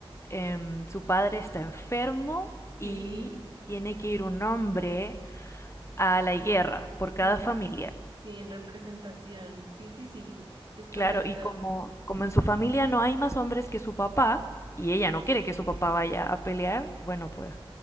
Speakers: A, on the left (about 30°); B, on the right (about 55°).
A: Em, su padre está enfermo y
B: Sí,
A: tiene que ir un hombre a la guerra por cada
B: en-
A: familia.
B: sí, en representación. Sí, sí, sí, es correcto.
A: Claro, y como, como en su familia no hay más hombres que su papá, y ella no quiere que su papá vaya a pelear, bueno, pues